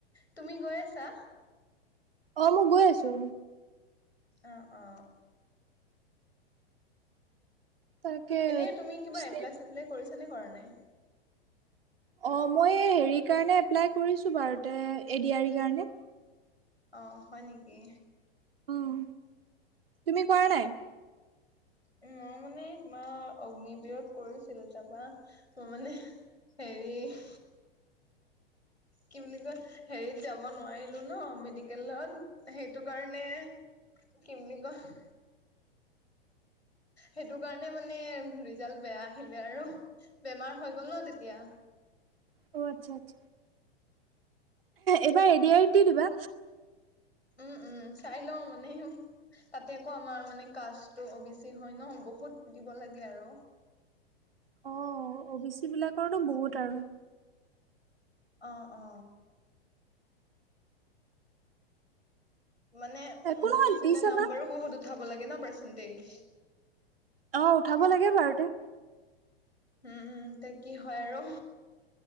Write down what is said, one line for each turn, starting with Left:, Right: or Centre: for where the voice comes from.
Left: তুমি গৈ আছা
Right: অ মই গৈ আছো
Left: অ অ
Right: তাকে
Left: এনেই তুমি কিবা
Right: ষ্টে-
Left: এপ্লাই চপ্লাই কৰিছা নে কৰা নাই
Right: অঁ মই হেৰিৰ কাৰণে এপ্লাই কৰিছোঁ বাৰু তে এ ডি আৰ ই কাৰণে
Left: অ হয় নেকি
Right: উম তুমি কৰা নাই
Left: উ মই মানে তোমাৰ অগ্ন বিৰত কৰিছিলো তাৰপা মই মানে হেৰিহ কি বুলি কয় হেৰিত যাব নোৱাৰিলো ন মেডিকেলত সেইটো কাৰণে কি বুলি কহ সেইটো কাৰণে মানে ৰিজাল্ট বেয়া আহিলে আৰু বেমাৰ হৈ গ'ল ন তেতিয়া
Right: অ আচ্ছা আচ্ছা এইবাৰ এ দি আৰি দি দিবা
Left: উম উম চাই লও মানে উ তাতে আকৌ আমাৰ মানে কাচটো অ বেচি হয় ন বহুত দিব লাগে আৰু
Right: অঁ অ' বি চি বিলাকৰো বহুত আৰু
Left: অ অ মানে
Right: একো
Left: উ
Right: নহয়
Left: বেছিলে
Right: দি চাবা।
Left: নাম্বাৰো বহুত উঠাব লাগে ন পাৰৰ্চেণ্টিছ
Right: অ উঠাব লাগে বাৰু টো
Left: উম উম ত কি হয় আৰু